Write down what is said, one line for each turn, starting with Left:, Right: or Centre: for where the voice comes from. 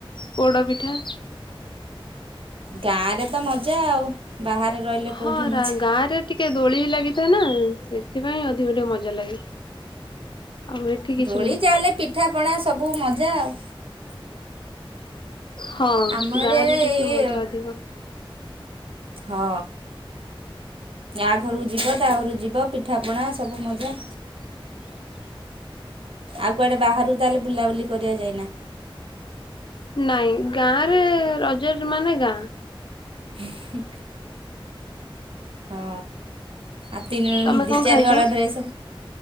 Left: ପୋଡ଼ପିଠା।
Right: ଗାଁ ରେ ତ ମଜା ଆଉ ବାହାରେ ରହିଲେ
Left: ହଁ
Right: କଉଠି ମଜା।
Left: ଗାଁ ରେ ଟିକେ ଦୋଳି ଲାଗିଥାଏ ନା ସେଥିପାଇଁ ଅଧିକ ଟିକେ ମଜା ଲାଗେ। ଆଉ ଏଠି କିଛି
Right: ଦୋଳି
Left: ନାହିଁ
Right: ଜାହେଲେ ପିଠା ପଣା ସବୁ ମଜା ଆଉ।
Left: ହଁ
Right: ଆମ ଏରିଆରେ
Left: ଗାଁ ରେ ଟିକେ
Right: ଏଇ
Left: ମଜା ଅଧିକ।
Right: ହଁ ୟା ଘରୁକୁ ଯିବ ତା ଘରୁକୁ ଯିବ ପିଠାପଣା ସବୁ ମଜା। ଆଉ କୁଆଡ଼େ ବାହାରୁ ତାହାଲେ ବୁଲା ବୁଲି କରିଆକୁ ଯାଇନ?
Left: ନାଇଁ ଗାଁରେ ରଜ ମାନେ ଗାଁ।
Right: ହୁଁ। ହଁ ଆ ତି
Left: ତମେ
Right: ଦି
Left: କଣ
Right: ଚାରି
Left: ଖାଇଛ?
Right: ଡ୍ରେସ୍